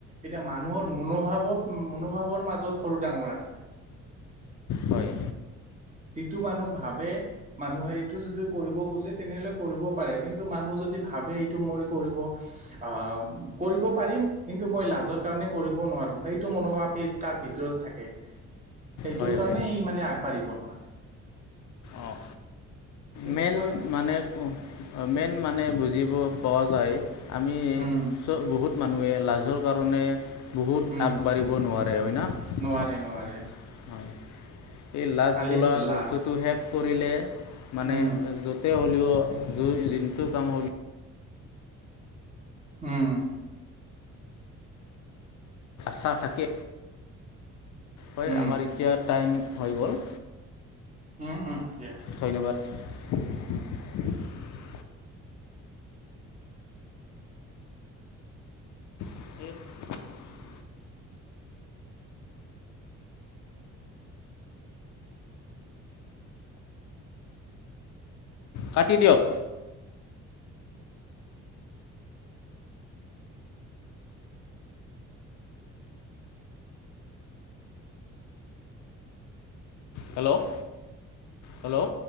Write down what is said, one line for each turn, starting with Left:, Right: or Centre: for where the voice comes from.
Right: এতিয়া মানুহৰ মনোভাব। মনোভাৱৰ মাজত সৰু ডাঙৰ আছে।
Left: হয়
Right: যিটো মানুহ ভাবে মানুহে সেইটো যদি কৰিব খোজে তেনেহ'লে কৰিব পাৰে কিন্তু মানুহ, আকৌ যদি ভাবে এইটো মই কৰিব আ কৰিব পাৰিম কিন্তু মই লাজৰ কাৰনে, নোৱাৰো সেইটো মনোভাব তাৰ ভিতৰত থাকে। সেইটোৰ
Left: হয়
Right: কাৰণে
Left: হয়
Right: সি মানে আগবাঢ়িব নোৱাৰে।
Left: অঁ
Right: তেনেকুৱাই
Left: মেইন মানে, মেইন মানে বুজিব পোৱা যায়। আমি
Right: উম
Left: চব, বহুত মানুহে লাজৰ কাৰণে বহুত
Right: উম
Left: আগবাঢ়িব নোৱাৰে হয় না?
Right: নোৱাৰে নোৱাৰে
Left: হয়। এই লাজ
Right: খালি
Left: বোলা
Right: লাজ
Left: বস্তুটো শেষ কৰিলে। মানে
Right: উম
Left: য'তে হ'লেও যোনটো কাম হ'লেও
Right: উ'ম।
Left: চা থাকে হয়।
Right: উম
Left: আমাৰ এতিয়া টাইম হয় গ'ল।
Right: উম, উম, দিয়া।
Left: ধন্যবাদ <inaudible> <inaudible> কাটি দিয়ক। Hello, hello.